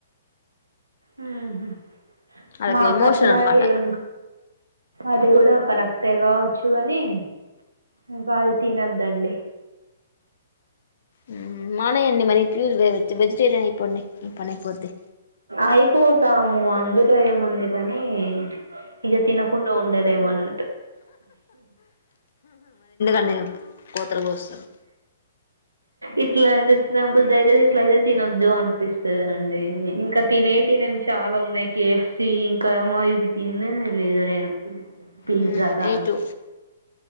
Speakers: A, on the right; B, on the left.
A: ఉహు
B: అదొక
A: మాకట్ల
B: ఎమోషన్ అనమాట
A: ఏం అది కూడా కరెక్టే కావచ్చు కాని ఇంకా అది తినద్దండి
B: ఉ మానేయ్ అండి మరీ ప్యూర్ వేజ్ వెజిటేరియన్ ఇపొండి నీ పనైపొద్ది
A: అయిపోతాము అందులో ఏముంది కాని ఇక తినకుండ ఉండలేము అన్నట్టు
B: లెవ్ కోతలుకోస్తారు
A: ఇట్లా అయితే తినబుద్దయితది ఇట్లయితే తినొద్దు అనిపిస్తుందిండి ఇంకా తినే తినేమి చాలా ఉన్నాయి కేఎఫ్సి ఇంకా ఏమో ఇది తినలేదు నేను పిజ్జా
B: ఉ
A: కానీ
B: నైటు